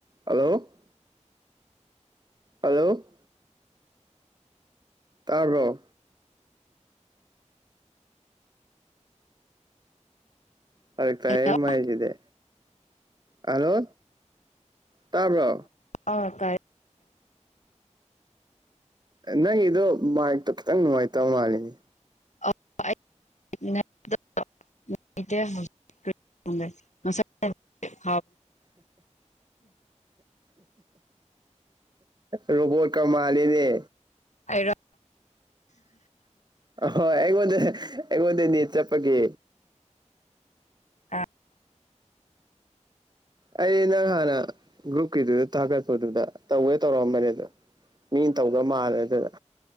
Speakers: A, on the right (about 35°); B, on the left (about 70°).
A: hello hello ꯇꯥꯔꯕꯣ ꯐꯔꯛꯇꯥꯌꯦ
B: hello
A: ꯃꯥꯏꯁꯤꯗꯤ ꯍꯂꯣ ꯇꯥꯕ꯭ꯔꯣ
B: ꯑꯥ ꯀꯥꯏꯦ
A: ꯅꯪꯒꯤꯗꯣ ꯃꯥꯥꯏꯛꯇꯣ ꯈꯤꯇꯪ ꯅꯨꯡꯉꯥꯏꯇꯕ ꯃꯥꯜꯂꯤꯅꯦ
B: <unintelligible> <unintelligible>
A: <inaudible> ꯔꯨꯕꯣꯠ ꯀꯃꯥꯜꯂꯤꯅꯦ
B: ꯑꯩꯔꯣ
A: ꯍꯣꯏ ꯑꯩꯉꯣꯡꯗ ꯑꯩꯉꯣꯡꯗ ꯅꯦꯠ ꯆꯞꯄꯀꯤ
B: ꯑ
A: ꯑꯩ ꯅꯪ ꯍꯥꯟꯅ ꯒ꯭ꯔꯨꯞꯀꯤꯗꯨꯗ ꯊꯥꯒꯠꯄꯗꯨꯗ ꯇꯧꯋꯦ ꯇꯧꯔꯛꯑꯝꯕꯅꯦ ꯑꯗꯣ ꯃꯤꯅ ꯇꯧꯒ ꯃꯥꯜꯂꯦ ꯑꯗꯨꯅ